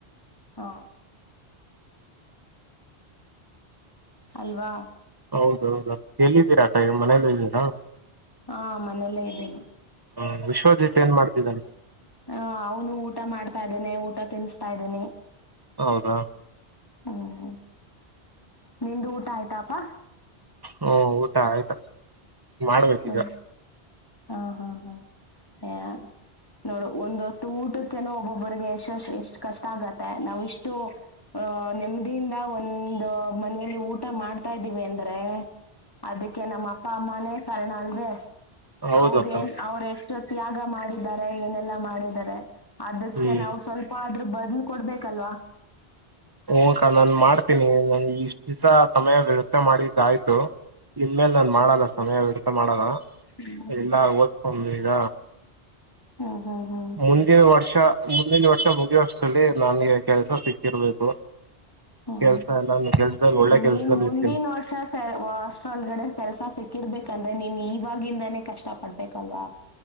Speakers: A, on the left; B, on the right.
A: ಹಾ ಅಲ್ವಾ
B: ಹೌದೌದು ಎಲ್ಲಿದ್ದೀರಾಕ ಇವ್ ಮನೇಲ್ಲ ಇದ್ದೀರಾ
A: ಹಾ ಮನೆಯಲ್ಲೇ ಇದ್ದೇನೆ
B: ಹ್ಮ ವಿಶ್ವಜಿತ್ ಏನ್ ಮಾಡ್ತಿದ್ದಾನನೆ
A: ಹ ಅವನು ಊಟ ಮಾಡ್ತಾ ಇದ್ದೇನೆ ಊಟ ತಿನ್ಸ್ತಾ ಇದ್ದೀನಿ
B: ಹೌದಾ
A: ಹ್ಮ್ ನಿ್ದ ಊಟ ಆಯ್ತಾಪಾ
B: ಹಓ ಊಟಾ ಆಯ್ತಾ ಮಾಡ್ಬೇಕೀಗ
A: ಹ್ಮ ಹಾ ಹಾ ಹಾ ಯ ನೋಡು ಒಂದ್ ಹೊತ್ತು ಊಟಕ್ಕೆನು ಒಬ್ಬೊಬ್ಬಿಗೆ ಎಷ್ಟ ಎಷ್ಟ ಕಷ್ಟ ಆಗತ್ತೆ ನಾವ್ ಇಷ್ಟು ಅಹ ನೆಮ್ಮದಿಯಿಂದ ಒಂದು ಮನೇಲಿ ಊಟ ಮಾಡ್ತಾದೀವಿ ಅಂದ್ರೆ ಅದಕ್ಕೆ ನಮ್ಮ ಅಪ್ಪ ಅಮ್ಮನೇ ಕಾರಣ ಅಲ್ವೇ
B: ಹೌದು
A: ಅವ್ರ
B: ಅಕ್ಕ
A: ಏನ್ ಅವ್ರ ಎಷ್ಟ ಎಷ್ಟು ತ್ಯಾಗ ಮಾಡಿದ್ದಾರೆ ಏನೆಲ್ಲಾ ಮಾಡಿದ್ದಾರೆ ಅದಕ್ಕೆ
B: ಹ್ಮ್
A: ನಾವು ಸ್ವಲ್ಪ ಅಪ್ಪ ಆದ್ರರು ಬದ್ಲು ಕೊಡ್ಬೇಕಲ್ವಾ
B: ಹಂಕ ನಾನ್ ಮಾಡ್ತೀನಿ ನನ್ಗೆ ಇಷ್ಟ ದಿವಸ ಸಮಯ ವ್ಯವಥೆ ಮಾಡಿದ್ದಯ್ತು ನಿನ್ ಮೇಲೆ ನಾನ್ ಮಾಡದ ಸಮಯ ವ್ಯರ್ಥ ಮಾಡಲ್
A: ಹ್ಮ್
B: ಎಲ್ಲ ಓದ್ಕೊಂಡ್ ಈಗ
A: ಹ್ಮ ಹಾ ಹಾ
B: ಮುಂದಿನ ವರ್ಷ ಮುಂದಿನ ವರ್ಷ ಮುಗಿಯಷ್ಟಲ್ಲಿ ನನಗೆ ಕೆಲಸ ಸಿಕ್ಕಿರ್ಬೇಕು
A: ಹ್ಮ್
B: ಕೆಲ್ಸ ಎಲ್ಲ ಕೆಲ್ಸದಲ್ಲಿ ಒಳ್ಳೆ
A: ನೀನ್
B: ಕೆಲ್ಸದಲ್ಲಿ
A: ಮುಂದಿನ
B: ಇರ್ತೀನಿ
A: ವರ್ಷ ಸ ಅಸ್ಟೊಲ್ಗಡೆ ಕೆಲ್ಸ ಸಿಕ್ಕಿರ್ಬೇಕಂದ್ರೆ ನೀನ್ ಇವಾಗಿಂದಾನೇ ಕಷ್ಟ ಪಡ್ಬೇಕಲ್ವಾ